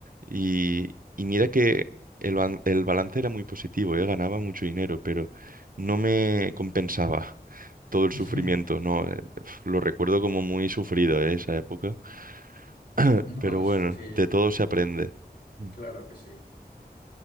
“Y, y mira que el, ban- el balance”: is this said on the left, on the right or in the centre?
Right